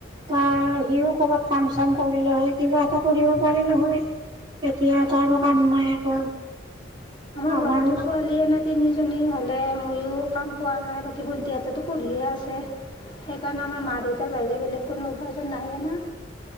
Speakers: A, on the right; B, on the left.
A: তাৰ সিও কৰ'বাত কাম-চাম কৰিলে হয়, কিবা এটা কৰিব পাৰিলোঁ হয়। এতিয়া তাৰ
B: আৰু
A: কথা নাই একো।
B: আমাৰ
A: আমাৰো
B: ঘৰতো ছোৱালীয়ে না। তিনিজনী হ'লে মইয়ো কাম পোৱা নাই, বাকী ভণ্টিহঁতে তো পঢ়িহে আছে। সেইকাৰণে আমাৰ মা- দেউতাৰ বাদে বেলেগ কোনো উপাৰ্জন নাহে না।